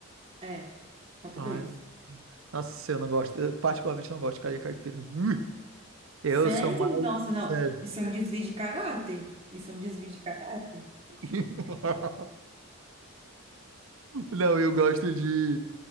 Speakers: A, on the right; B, on the right.
A: É, top
B: Ai,
A: dois
B: nossa, eu não gosto. Eu particularmente não gosto de galinha caipira. Hum, Eu
A: Sério?
B: sou mais.
A: Nossa, não.
B: Sério.
A: Isso é um desvio de caráter. Isso é um desvio de caráter.
B: <laughs> Não, eu gosto de.